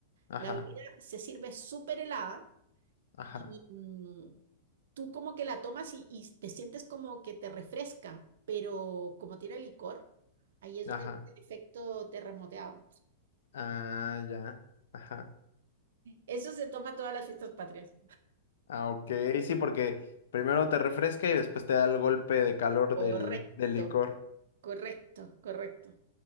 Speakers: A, on the left; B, on the right.
A: Ajá,
B: la bebida se sirve súper helada
A: ajá,
B: y mm, tú como que la tomas y, y te sientes como que te refresca, pero como tiene licor, ahí es donde
A: ajá.
B: viene el efecto terremoteado.
A: Ah, ya. Ajá.
B: Eso se toma todas las fiestas patrias.
A: Ah, ok. Sí, porque primero te refresca y después te da el golpe de calor
B: Correcto,
A: del, del licor.
B: correcto, correcto.